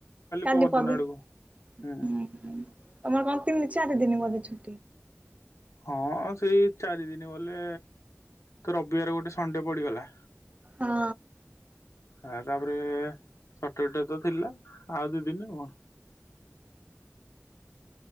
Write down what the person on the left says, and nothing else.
ପରଦିନ
ଆଡକୁ ହୁଁ
ହଁ ସେଇ ଚାରି ଦିନ ଗଲେ ତ ରବିବାରେ ଗୋଟେ ସଣ୍ଡେ ପଡିଗଲା।
ଆ ତାପରେ ସଟର ଡେ ତ ଥିଲା ଆଉ ଦି ଦିନ ଆଉ କଣ।